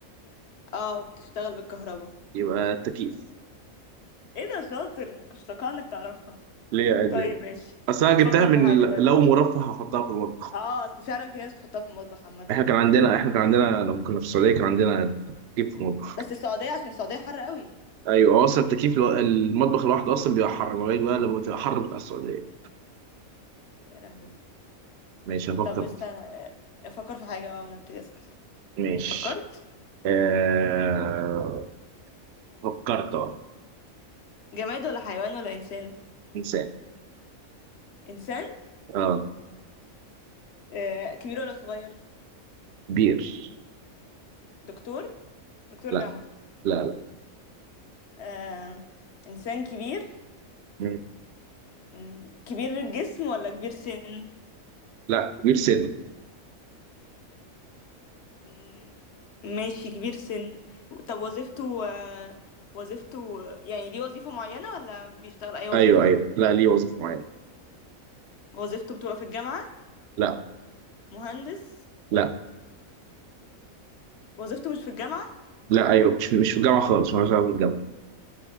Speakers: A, on the left; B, on the right.
A: اه بتشتغل بالكهرباء
B: يبقى التكييف
A: ايه ده شاطر كنت متوقعة انك تعرفها
B: ليه عادي
A: طيب ماشي
B: أصل أنا جبتها
A: فكر
B: من
A: في حاجة
B: ال-
A: طيب
B: لو مرفه هحطها في المطبخ
A: اه اصل فعلا في ناس بتحطها في المطبخ عامة
B: إحنا كان عندنا إحنا كان عندنا لما كنا في السعودية كان عندنا تكييف في المطبخ
A: بس السعودية عشان السعودية حر قوي
B: أيوه هو أصلا التكييف لو... المطبخ لوحده أصلا بيبقى حر لغاية بقى لما بتبقى حر بتاع السعودية
A: يا لهوي
B: ماشي هفكر
A: طب استنى افكر في حاجة اه انا ابتدي اسأل
B: ماشي
A: فكرت
B: آه... فكرت أه
A: جماد ولا حيوان ولا انسان
B: إنسان
A: انسان
B: أه
A: آه كبير ولا صغير
B: بير
A: دكتور دكتور
B: لا
A: جامعة
B: لا لا
A: آه انسان كبير
B: مم.
A: مم، كبير الجسم ولا كبير سن
B: لا بير سن
A: مم، ماشي كبير سن طب وظيفته آه، وظيفته يعني ليه وظيفة معينة ولا بيشتغل أي وظيفة
B: ايوه ايوه لا ليه وظيفه معينه
A: وظيفته بتبقى في الجامعة
B: لا
A: مهندس
B: لا
A: وظيفته مش في الجامعة
B: لا ايوه مش مش في الجامعه خالص مالهاش علاقه بالجامعه